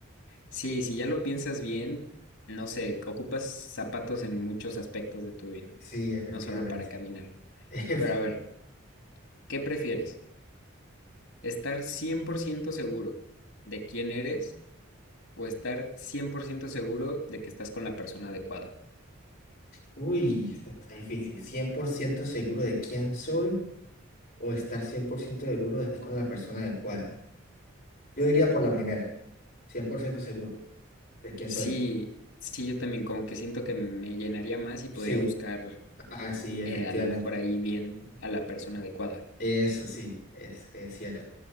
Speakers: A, on the left; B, on the left.
A: sí, si ya lo piensas bien, no sé, ocupas zapatos en muchos aspectos de tu vida,
B: Sí, efectivamente.
A: no solo para caminar.
B: <laughs>
A: Pero a ver, ¿qué prefieres? ¿Estar 100% seguro de quién eres o estar 100% seguro de que estás con la persona adecuada?
B: Uy, esto está difícil. ¿cien por ciento seguro de quién soy o estar 100% seguro de estar con la persona adecuada? Yo diría por la primera, 100% seguro de quién
A: Sí,
B: soy.
A: sí, yo también como que siento que me llenaría más y podría
B: Sí,
A: buscar
B: ah, sí, efectivamente.
A: eh, a lo mejor ahí bien a la persona adecuada.
B: Eso sí, es, es cierto.